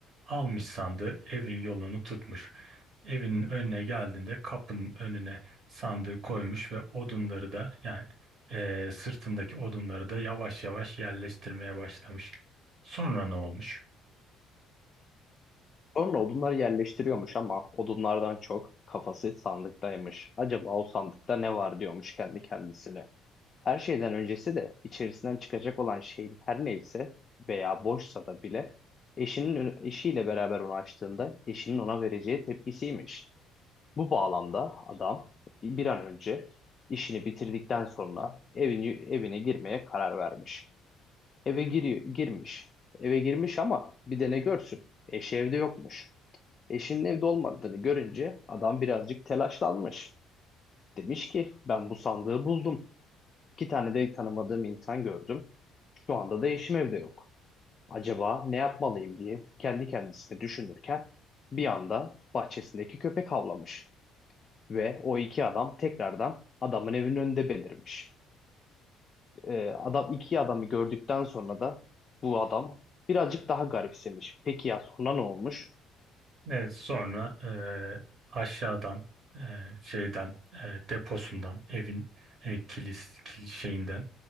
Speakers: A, on the right (about 45°); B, on the left (about 35°).
A: Almış sandığı evin yolunu tutmuş. Evinin önüne geldiğinde kapının önüne sandığı koymuş ve odunları da yani e, sırtındaki odunları da yavaş yavaş yerleştirmeye başlamış. Sonra ne olmuş?
B: Sonra odunları yerleştiriyormuş ama odunlardan çok kafası sandıktaymış. Acaba o sandıkta ne var diyormuş kendi kendisine. Her şeyden öncesi de içerisinden çıkacak olan şey her neyse veya boşsa da bile eşinin ö- eşiyle beraber onu açtığında eşinin ona vereceği tepkisiymiş. Bu bağlamda adam bir an önce işini bitirdikten sonra evin, evine girmeye karar vermiş. Eve giriyor, girmiş. Eve girmiş ama bir de ne görsün? Eşi evde yokmuş. Eşinin evde olmadığını görünce adam birazcık telaşlanmış. Demiş ki ben bu sandığı buldum. İki tane de tanımadığım insan gördüm. Şu anda da eşim evde yok. Acaba ne yapmalıyım diye kendi kendisine düşünürken bir anda bahçesindeki köpek havlamış ve o iki adam tekrardan adamın evinin önünde belirmiş. Ee, adam iki adamı gördükten sonra da bu adam birazcık daha garipsemiş. Peki ya sonra ne olmuş?
A: Evet, sonra e, aşağıdan e, şeyden e, deposundan evin e, kilis kil- şeyinden